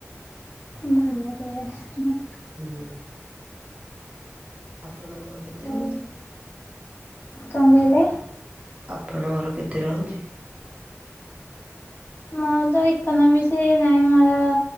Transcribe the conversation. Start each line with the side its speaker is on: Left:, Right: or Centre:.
Left: ଭଲ ତେବେ ହୁଁ ହୁଁ।
Right: ହୁଁ ଆପଣଙ୍କର କେତେ
Left: ଆଉ
Right: ରହୁଚି?
Left: କଣ କହିଲେ?
Right: ଆପଣଙ୍କର କେତେ ରହୁଛି?
Left: ମୋ ମୋର ତ ଇୋନମିକସ ହେଇନାଇ ମୋର